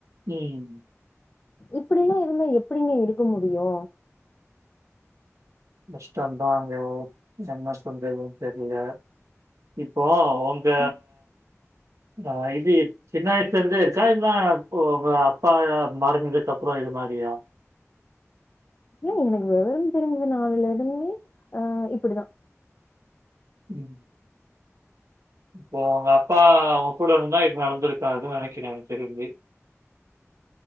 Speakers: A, on the right; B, on the left.
A: ம்.
B: இப்படிலா இருந்தா எப்படிங்க இருக்க முடியு
A: கஷ்டந்தாங்க என்ன பண்றதுன் தெரில்ல இப்போ ஒங்க
B: ம்
A: ஆ இது சின்ன வயசுல இருந்தே இருக்கா இன்ன இப்போ அப்பா மறஞ்துக்கப்றோ இது மாரியா
B: இல்ல எனக்கு விவரம் தெரிஞ்ச நால்ல இருந்து ஆ இப்படிதா
A: ம் இப்போ உங்க அப்பா உங்க கூட இருந்தா இப்டி நடந்திருக்காதுன் நெனைக்கிறே தெரிஞ்சு